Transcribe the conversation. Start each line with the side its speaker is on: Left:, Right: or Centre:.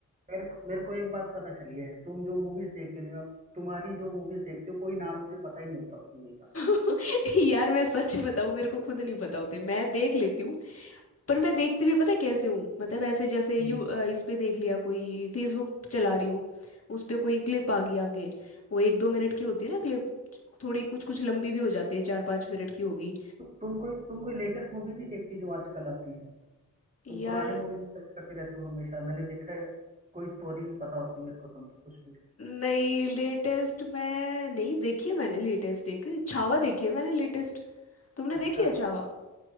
Right: मेरे, को- मेरे को एक बात पता चली है तुम जो मूवीज देख रहे हो तुम्हारी जो मूवीज देखते हो कोई नाम मुझे पता ही नहीं होता उस मूवी का
Left: <laughs> यार मैं सच बताऊं मेरे को खुद नहीं पता होते मैं देख लेती हूँ पर मैं देखती भी पता है कैसे हूँ मतलब ऐसे जैसे
Right: हम्म।
Left: यू अ, इस पे देख लिया कोई फेसबुक चला रही हूँ उस पे कोई क्लिप आ गई आगे वो एक दो मिनट की होती है ना क्लिप थोड़ी कुछ कुछ लंबी भी हो जाती है चार पाँच मिनट की होगी
Right: तु, तुम कोई तुम कोई लेटेस्ट मूवी नहीं देखती जो आजकल आती है तुम पुरानी
Left: यार
Right: मूवीज में सर्च करती रहती हो हमेशा मैंने देखा है कोई स्टोरी नहीं पता होती मेरे को तुमकी कुछ भी
Left: नहीं लेटेस्ट मैं नहीं देखी है मैंने लेटेस्ट एक छावा देखी है मैंने लेटेस्ट तुमने
Right: अच्छा
Left: देखी है छावा